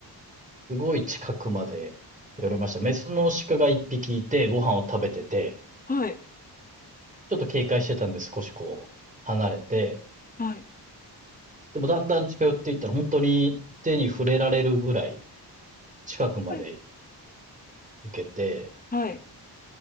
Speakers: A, on the right; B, on the left.
A: すごい近くまで寄れました。メスの鹿が一匹いて、ご飯を食べてて、
B: はい、
A: ちょっと警戒してたんで少しこう、離れて、
B: はい、
A: でもだんだん近寄っていったら本当に手に触れられるぐらい近くまで
B: はい、
A: 行けて、
B: はい。